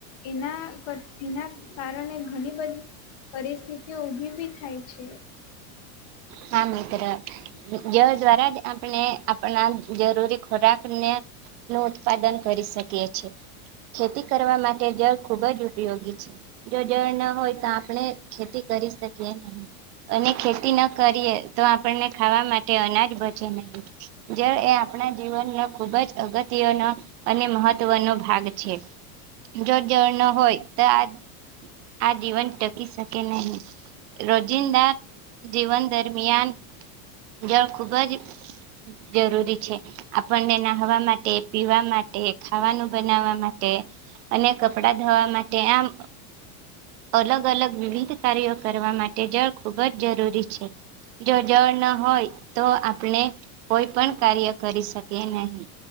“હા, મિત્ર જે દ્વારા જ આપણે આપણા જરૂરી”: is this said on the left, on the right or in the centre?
Right